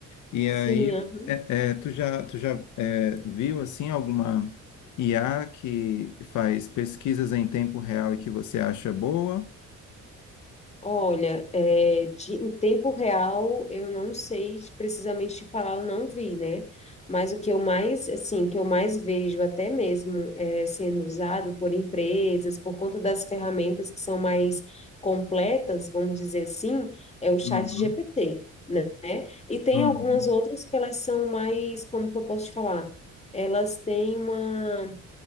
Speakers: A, on the left; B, on the left.
A: E
B: sim,
A: aí,
B: aham.
A: é- é, tu já, tu já é, viu assim alguma IA que faz pesquisas em tempo real e que você acha boa?
B: Olha, é, de- em tempo real, eu não sei precisamente te falar, eu não vi, né? Mas o que eu mais, assim, que eu mais vejo até mesmo é, sendo usado por empresas, por conta das ferramentas que são mais completas, vamos dizer assim, é o chat
A: Uhum,
B: GPT, né? E tem
A: uhum,
B: algumas outras que elas são mais, como que eu posso te falar? Elas têm uma